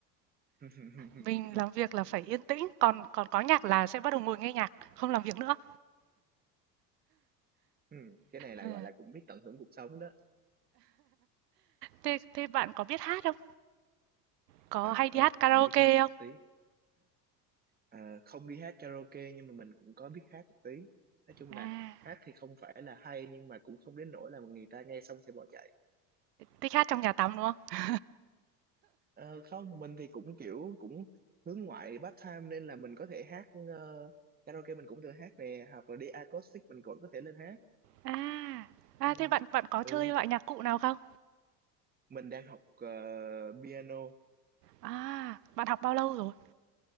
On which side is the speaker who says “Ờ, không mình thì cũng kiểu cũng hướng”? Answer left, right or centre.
Right